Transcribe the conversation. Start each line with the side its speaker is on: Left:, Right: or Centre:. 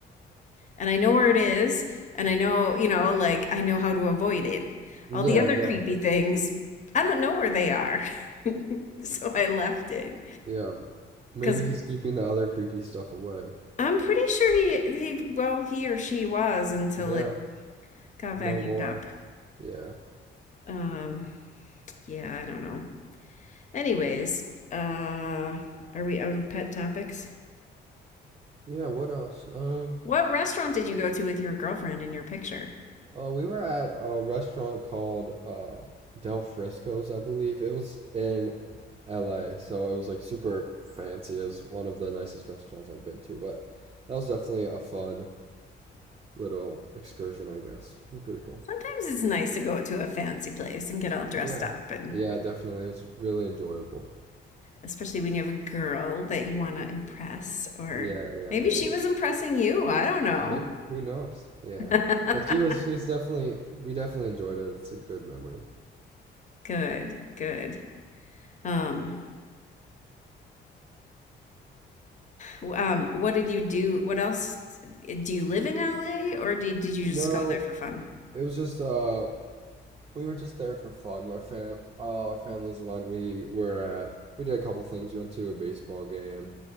Left: And I know where it is, and I know, you know, like I know how to avoid it.
Right: Yeah,
Left: All the other
Right: yeah,
Left: creepy things, I don't know where they are. <laughs> So I left it
Right: yeah. Maybe
Left: because
Right: he's keeping the other creepy stuff away.
Left: I'm pretty sure he he well, he or she was until
Right: Yeah,
Left: it got
Right: no
Left: vacuumed
Right: more.
Left: up.
Right: Yeah.
Left: Um, yeah, I don't know. Anyways, uh, are we out of pet topics?
Right: Yeah, what else? Um,
Left: What restaurant did you go to with your girlfriend in your picture?
Right: uh, we were at a restaurant called uh Del Frisco's, I believe. It was in LA, so it was like super fancy. It was one of the nicest restaurants I've been to, but that was definitely a fun little excursion, I guess. Pretty cool.
Left: Sometimes it's nice to go to a fancy place and get all dressed
Right: Yeah.
Left: up, and
Right: Yeah, definitely. It was really enjoyable.
Left: especially when you have a girl that you want to impress, or
Right: Yeah, yeah,
Left: maybe
Right: yeah.
Left: she was impressing you. I don't know.
Right: Maybe. Who knows? Yeah.
Left: <laughs>
Right: But she was she was definitely we definitely enjoyed it. It's a good memory.
Left: Good, good. Um, w- um, what did you do? What else? Do you live in LA, or did did you just
Right: No,
Left: go there for fun?
Right: it was just uh we were just there for fun. Our fam all our families went. We were at we did a couple things. We went to a baseball game,